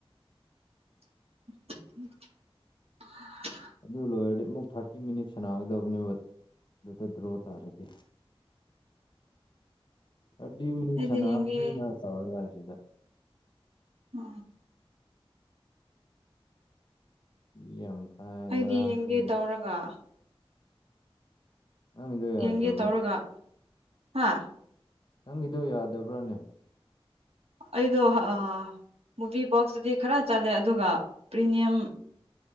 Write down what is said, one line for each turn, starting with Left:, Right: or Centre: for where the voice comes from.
Right: <unintelligible>
Left: ꯑꯗꯨ ꯂꯣꯏꯔꯗꯤ ꯑꯃꯨꯛ ꯊꯥꯔꯇꯤ ꯃꯤꯅꯤꯠꯁꯅꯥꯒꯗꯕꯅꯦꯕ ꯑꯗꯨꯗ ꯗ꯭ꯔꯣ ꯇꯥꯔꯗꯤ ꯑꯗꯤ ꯃꯤꯅꯤ
Right: ꯑꯩꯗꯤ
Left: ꯁꯅꯅꯥ
Right: ꯌꯦꯡꯒꯦ
Left: ꯇ ꯌꯥ ꯁꯤꯗ
Right: ꯎ
Left: ꯌꯥꯝ ꯀꯥꯏ
Right: ꯑꯩꯗꯤ
Left: ꯉꯔꯥꯡ
Right: ꯌꯦꯡꯒꯦ
Left: ꯇꯨꯝꯕꯤ
Right: ꯇꯧꯔꯒ
Left: ꯅꯪꯒꯤꯗꯣ ꯌꯥꯗ꯭ꯔꯕ꯭ꯔꯥ
Right: ꯍꯦ ꯇꯧꯔꯒ ꯍꯥꯥ
Left: ꯅꯪꯒꯤꯗꯣ ꯌꯥꯗꯕ꯭ꯔꯥꯅꯦ
Right: ꯑꯩꯗꯣ ꯑ ꯃꯨꯚꯤ ꯕꯣꯛꯁꯇꯨꯗꯤ ꯈꯔ ꯆꯠꯂꯦ ꯑꯗꯨꯒ ꯄ꯭ꯔꯤꯃꯤꯌꯝ